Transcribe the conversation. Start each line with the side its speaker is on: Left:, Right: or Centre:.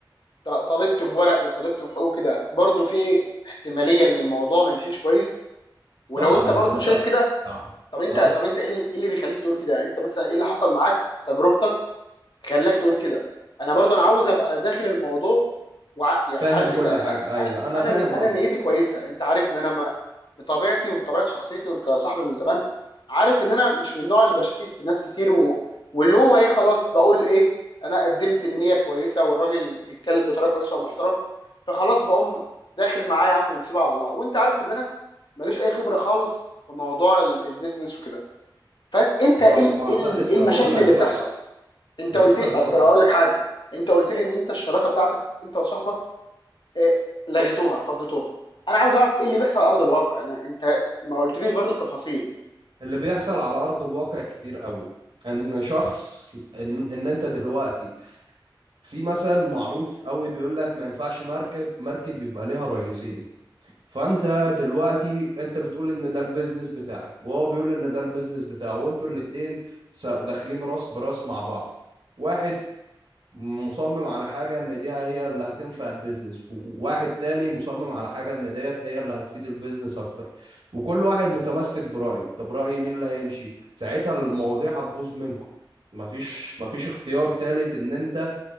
Left: ط- طالبت بورق وطالبت بحقوق كده برضو في احتماليه ان الموضوع ما يمشيش كويس ولو
Right: طبعا
Left: انت برضو
Right: أنت مت...
Left: شايف كده
Right: نعم
Left: طب انت
Right: أه
Left: طب انت ايه اللي إيه اللي بيخليك تقول كده يعني انت مثلا ايه اللي حصل معاك في تجربتك خلاك تقول كده انا برضو انا عاوز ابقى داخل الموضوع وع يعني
Right: فاهم
Left: عارف
Right: كل
Left: انت انا
Right: حاجة أيوه
Left: انا
Right: أنا
Left: انا
Right: فاهم
Left: انا
Right: قصدك
Left: نيتي كويسه انت عارف ان انا ما بطبيعتي وبطبيعه شخصيتي وانت صاحبي من زمان عارف ان انا مش من النوع اللي بشكك في ناس كتير و... واللي هو ايه خلاص بقول ايه انا قدمت النيه كويسه والراجل بيتكلم بطريقه كويسه ومحترم فخلاص بقوم داخل معاه يا عم ونسيبها على الله وانت عارف ان انا ماليش اي خبره خالص في موضوع ال- البيزنس وكده فانت
Right: ما...
Left: ايه ال-
Right: ما
Left: ايه ال-
Right: أنا لسه
Left: إيه المشاكل
Right: بقول لك
Left: اللي
Right: بقى
Left: بتحصل انت
Right: لسه
Left: قلت لي
Right: بقول
Left: اصل هقول
Right: لك
Left: لك حاجه انت قلت لي ان انت الشراكه بتاعتك انت وصاحبك إيه، لغيتوها فضيتوها انا عاوز اعرف ايه اللي بيحصل على ارض الواقع انا انت ما قلتليش برضو التفاصيل
Right: اللي بيحصل على أرض الواقع كتير قوي ان شخص ان, إن انت دلوقتي في مثل معروف قوي بيقول لك ما ينفعش مركب مركب يبقى ليها رئيسين فانت
Left: مم.
Right: دلوقتي انت بتقول ان ده البيزنس بتاعك وهو بيقول ان ده البيزنس بتاعه وانتوا الاتنين س- داخلين راس براس مع بعض واحد مصمم على حاجة ان دي هي اللي هتنفع البيزنس وواحد تاني مصمم على حاجة ان ديت هي اللي هتفيد البيزنس اكتر وكل واحد متمسك برأيه طب رأي مين اللي هيمشي ساعتها المواضيع هتبوظ منكم مفيش مفيش اختيار تالت ان انت